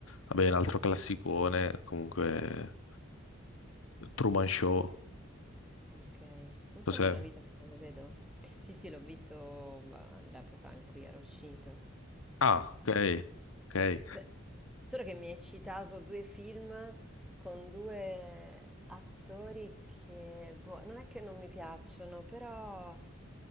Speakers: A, on the left; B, in the centre.
A: vabbè, un altro classicone, comunque Truman Show.
B: ok. Non
A: Cos'è?
B: so che è una vita che non lo vedo. Sì, sì, l'ho visto ma, all'epoca in cui era uscito.
A: Ah, ok, ok,
B: Per- Solo che mi hai citato due film con due attori che, boh, non è che non mi piacciono, però,